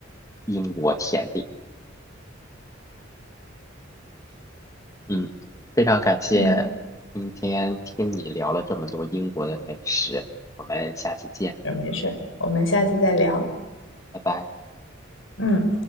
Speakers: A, on the left; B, on the left.
A: 英国甜点。嗯，非常感谢今天听你聊了这么多英国的美食，
B: 嗯，
A: 我们下期见，
B: 没事，我们下次再聊。
A: 拜拜。
B: 嗯。